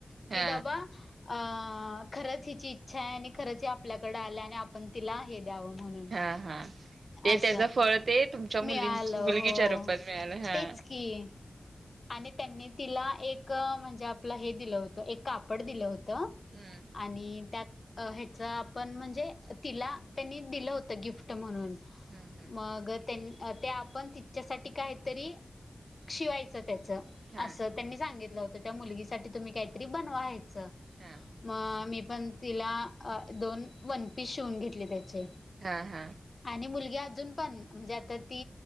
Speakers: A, on the right; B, on the left.
A: हा
B: कि बाबा अ खरंच हिची इच्छा आहे. आणि खरंच आपल्याकडे आलं आणि आपण तिला हे द्यावं म्हणून.
A: हा-हा ते
B: असं
A: त्याचं फळ ते तुमच्या मुली
B: मिळालं
A: मुलगीच्या
B: हो
A: रूपात मिळाल. हा.
B: तेच की आणि त्यांनी तिला एक म्हणजे आपलं हे दिलं होतं. एक कापड दिलं होतं.
A: हम्म
B: आणि त्या अ ह्याच आपण म्हणजे, तिला त्यांनी दिलं होतं गिफ्ट म्हणून
A: हम्म हम्म
B: मग त्यांनी ते आप आपण तिच्यासाठी काहीतरी शिवायचं त्याचं.
A: हा
B: असत त्यांनी सांगितलं होतं त्या मुलगी साठी तुम्ही काहीतरी बनवा हेच.
A: हा.
B: मग मी पण तिला दोन वन पीस शिवून घेतले त्याचे.
A: हा हा.
B: आणि मुलगी अजून पण म्हणजे आता ती